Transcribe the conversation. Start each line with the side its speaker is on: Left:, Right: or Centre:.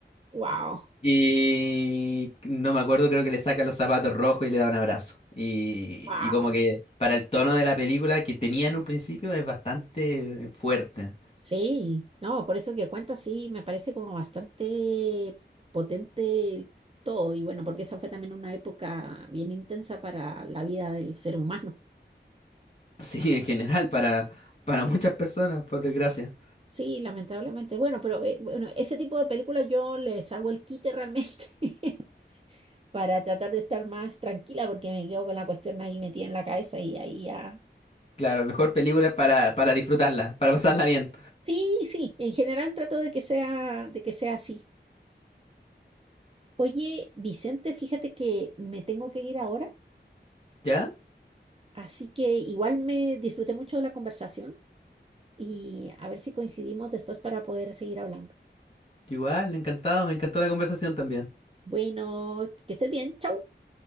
Right: Wow,
Left: <laughs> y no me acuerdo, creo que le saca los zapatos rojos y le da un abrazo. Y,
Right: wow.
Left: y como que para el tono de la película que tenía en un principio es bastante fuerte.
Right: Sí, no, por eso que cuenta, sí, me parece como bastante potente el todo. Y bueno, porque esa fue también una época bien intensa para la vida del ser humano.
Left: Sí, en general, para, para muchas personas, por desgracia.
Right: Sí, lamentablemente. Bueno, pero eh, bueno, ese tipo de películas yo les hago el quite realmente <laughs> para tratar de estar más tranquila porque me quedo con la cuestión ahí metida en la cabeza y ahí ya.
Left: Claro, mejor película para, para disfrutarla, para pasarla bien.
Right: Sí, sí, en general trato de que sea, de que sea así. Oye, Vicente, fíjate que me tengo que ir ahora.
Left: ¿Ya?
Right: Así que igual me disfruté mucho de la conversación y a ver si coincidimos después para poder seguir hablando.
Left: Igual, encantado, me encantó la conversación también.
Right: Bueno, que estés bien. Chau.